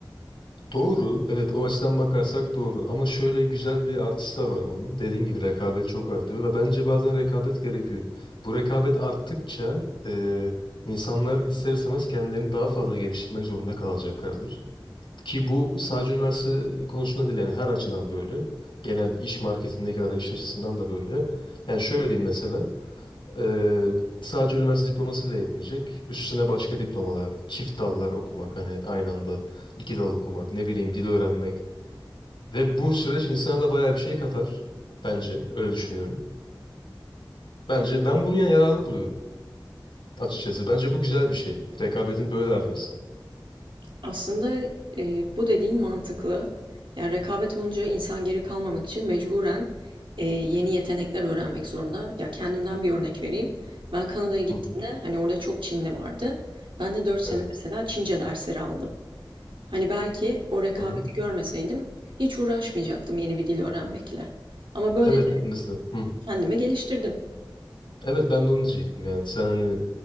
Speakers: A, on the left; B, on the right.
A: Doğru. Evet o açıdan bakarsak doğru. Ama şöyle güzel bir artısı da var bunun. Dediğin gibi rekabet çok artıyor ve bence bazen rekabet gerekiyor. Bu rekabet arttıkça e, insanlar ister istemez kendilerini daha fazla geliştirmek zorunda kalacaklardır. Ki bu sadece üniversite konusunda değil yani her açıdan böyle. Genel iş marketindeki arayış açısından da böyle. Yani şöyle diyeyim mesela. Ee, sadece üniversite diploması bile yetmeyecek. Üstüne başka diplomalar, çift dallar okumak hani aynı anda iki dal okumak, ne bileyim dil öğrenmek. Ve bu süreç insana da bayağı bir şey katar. Bence öyle düşünüyorum. Bence ben bunu ya- yararlı buluyorum açıkçası. Bence bu güzel bir şey. Rekabetin böyle artması.
B: Aslında, eee, bu dediğin mantıklı. Yani rekabet olunca insan geri kalmamak için mecburen, eee, yeni yetenekler öğrenmek zorunda. Ya, kendimden bir örnek vereyim. Ben Kanada'ya gittiğimde,
A: Hı hı.
B: hani, orada çok Çinli vardı. Ben de dört sene
A: Evet.
B: mesela Çince dersleri aldım. Hani, belki o rekabeti
A: Hı hı.
B: görmeseydim hiç uğraşmayacaktım yeni bir dil öğrenmekle ama böylece
A: Evet mesela. Hı
B: kendimi geliştirdim.
A: Evet ben de onu diyecektim yani sen hani